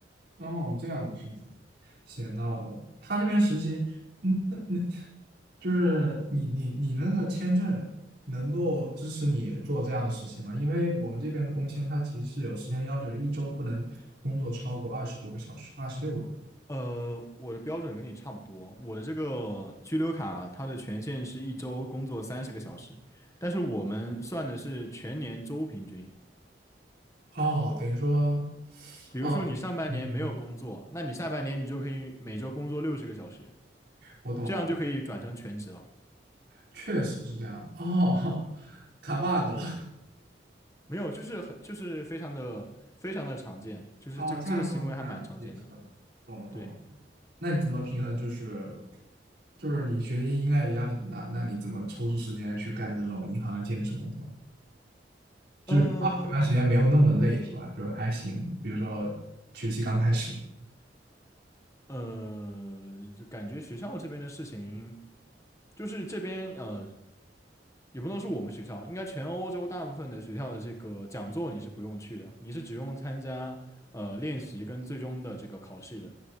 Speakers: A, on the right; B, on the left.
A: 哦，这样子是吗行，那我懂了。他这边实习，嗯，那就是你你你那个签证能够支持你做这样的实习吗？因为我们这边的工签它其实是有时间要求，一周不能工作超过二十多个小时，二十六个。
B: 呃，我的标准跟你差不多，我的这个居留卡它的权限是一周工作三十个小时，但是我们算的是全年周平均。
A: 哦，等于说，
B: 比如说你上半年没有工作，
A: 哦，嗯
B: 那你下半年你就可以每周工作六十个小时，
A: 我懂了，
B: 这样就可以转成全职了。
A: 我确实是这样的。哦，<laughs> 卡 bug 了。
B: 没有，就是很就是非常的非常的常见，
A: <laughs>
B: 就是这个这个行为还蛮常见的。
A: 哦，这样做是般理解是吧？懂了，懂了。
B: 对，
A: 那你怎么平衡？就是就是你学习应该也压力挺大，那你怎么抽出时间去干这种银行的兼职工作？就是啊有段时间没有那么累是吧？
B: 呃
A: 就还行。比如说学期刚开始。
B: 呃，就感觉学校这边的事情，就是这边呃，也不能说我们学校，应该全欧洲大部分的学校的这个讲座你是不用去的，你是只用参加呃练习跟最终的这个考试的，